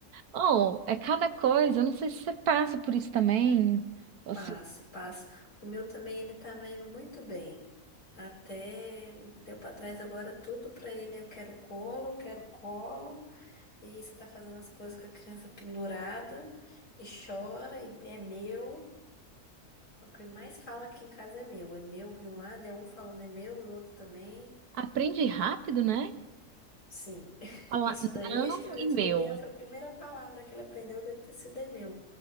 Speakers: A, on the right; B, on the left.
A: Oh, é cada coisa, eu não sei se você passa por isso também. Você
B: Passo, passo. O meu também, ele tá indo muito bem. Até um tempo atrás, agora tudo pra ele, eu quero colo, eu quero colo. E você tá fazendo as coisas com a criança pendurada e chora e é meu. O que ele mais fala aqui em casa é meu. É meu de um lado, é um falando é meu e o outro também.
A: aprende rápido, né?
B: Sim. <laughs>
A: Falar
B: Isso daí,
A: não
B: acho que esse
A: e meu.
B: bobear foi a primeira palavra que ele aprendeu, deve ter sido é meu.